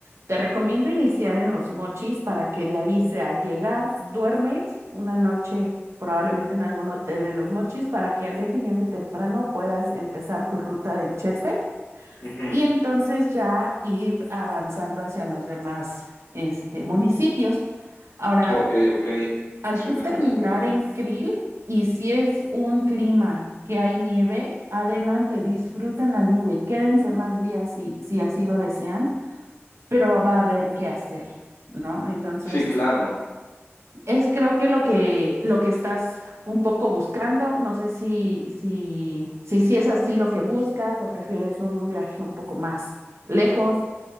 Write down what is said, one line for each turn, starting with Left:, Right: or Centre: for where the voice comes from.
Right: te recomiendo iniciar en los mochis para que de ahí sea llegar, duermes una noche probablemente en algún hotel de los mochis para que al día siguiente temprano puedas empezar tu ruta del Chepe
Left: Ujú.
Right: y entonces ya ir avanzando hacia los demás este, municipios. Ahora,
Left: ok, ok,
Right: al
Left: suena,
Right: tú terminar
Left: suena bien.
Right: en Krill y si es un clima que hay nieve, adelante, disfruten la nieve, quédense más días si, si así lo desean pero va a haber qué hacer, ¿no? Entonces,
Left: Sí, claro.
Right: es creo que lo que, lo que estás un poco buscando, no sé si, si, si, si es así lo que buscas o prefieres un viaje un poco más lejos.